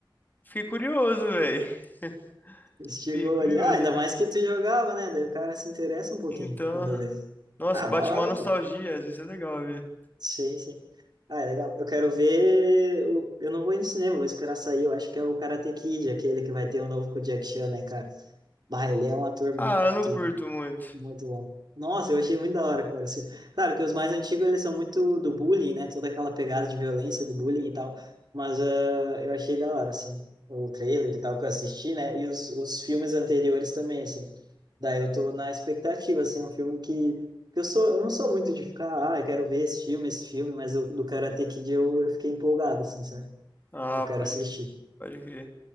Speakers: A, on the left; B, on the right.
A: fiquei curioso, velho. <laughs>
B: Chegou
A: Fiquei curioso.
B: ali. Ah, ainda mais que tu jogava, né? Daí o cara se interessa um pouquinho
A: Então,
B: quando eu vejo
A: nossa,
B: Ah,
A: bate
B: da hora,
A: uma nostalgia,
B: pô.
A: às vezes é legal ver.
B: Sim, sim. Ah, é legal. Eu quero ver. O... Eu não vou ir no cinema, vou esperar sair. Eu acho que é o Karate Kid, aquele que vai ter um novo com o Jack Chan, né, cara? Bah, ele é um ator muito
A: Ah, eu não curto muito.
B: muito bom. Nossa, eu achei muito da hora, cara. Assim, Claro que os mais antigos eles são muito do bullying, né? Toda aquela pegada de violência do bullying e tal. Mas ah, eu achei da hora, assim, o trailer e tal que eu assisti, né? E os, os filmes anteriores também, assim. Daí eu tô na expectativa, assim, é um filme que, que eu sou, eu não sou muito de ficar, ah, eu quero ver esse filme, esse filme, mas o do Karate Kid eu, eu fiquei empolgado, assim, sabe?
A: Ah,
B: Eu quero
A: pode,
B: assistir.
A: pode crer.